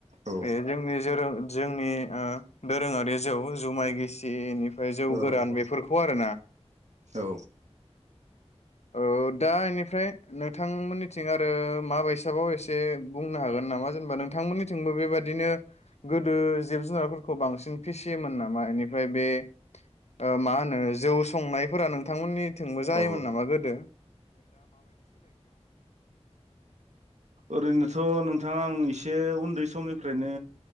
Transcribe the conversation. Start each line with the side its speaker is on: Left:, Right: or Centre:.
Right: औ
Left: बे जोंनि जेराव जों नि ओ दोरोङारि जौ जुमाय गिसिनि ओमफ्राय जौ
Right: औ
Left: गोरान बेफोरखौ आरोना
Right: औ
Left: ओ दा इनिफ्राय नोंथांमोननिथिं आरो माबैसाबाव एसे बुंनो हागोन नामा जेनेबा नोंथांमोननिथिंबो बेबाददिनो गोदो जिब जुनारफोरखौ बांसिन फिसियोमोन नामा बेनिफ्राय बे ओ मा होनो जौ संनायफोरा नोंथांमोननि थिंबो जायोन
Right: औ
Left: नामा गोद
Right: ओरैनोथ नोंथाङा आं एसे उन्दै समनिफ्रायनो